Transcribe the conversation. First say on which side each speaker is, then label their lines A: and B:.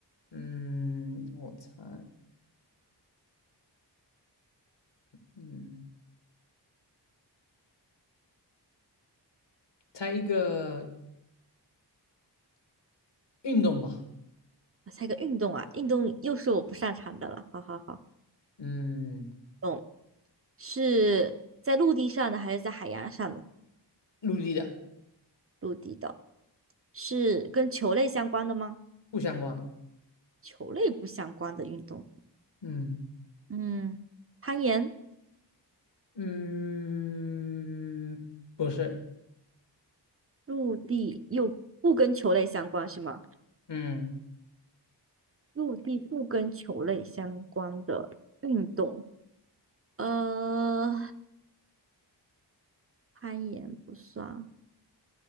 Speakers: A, on the left; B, on the right.
A: 嗯，我猜，嗯，猜一个运动吧。
B: 我猜个运动啊，运动又是我不擅长的了。好好好，
A: 嗯，
B: 懂是在陆地上的还是在海洋上的？
A: 陆地的，
B: 陆地的，是跟球类相关的吗？
A: 不相关。
B: 球类不相关的运动。
A: 嗯
B: 嗯，攀岩，
A: 嗯，不是。
B: 陆地又不跟球类相关是吗？
A: 嗯，
B: 陆地不跟球类相关的运动，呃，攀岩不算